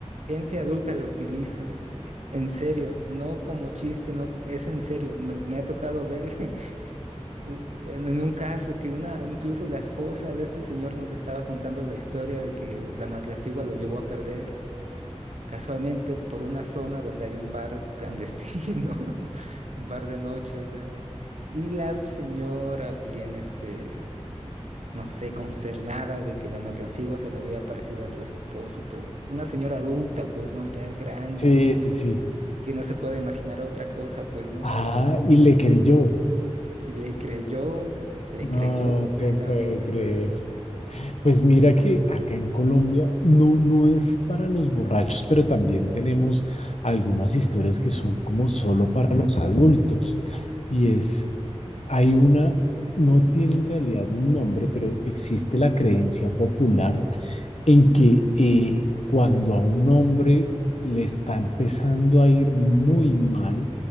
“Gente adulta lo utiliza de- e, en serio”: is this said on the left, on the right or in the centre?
Right